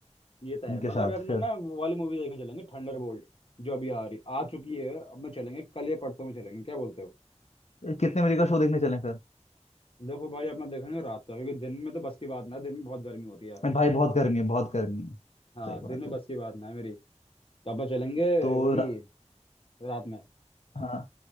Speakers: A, on the left (about 50°); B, on the left (about 65°).
A: ये तो है
B: उनके
A: मगर
B: साथ
A: अपना
B: फिर
A: ना वो वाली मूवी देखने चलेंगे थंडरबोल्ट जो अभी आ रही आ चुकी है अब ना चलेंगे कल या परसों में चलेंगे क्या बोलते हो
B: कितने बजे का शो देखने चलें फिर
A: देखो भाई अपना देखेंगे रात का क्योंकि दिन में तो बस की बात ना है, दिन में बहुत गर्मी होती है यार
B: अरे भाई बहुत गर्मी है बहुत गर्मी है
A: हाँ
B: सही
A: दिन
B: बात
A: में
B: है
A: बस की बात ना है मेरी तो अपना चलेंगे
B: तो
A: वही
B: र-
A: रात में
B: हाँ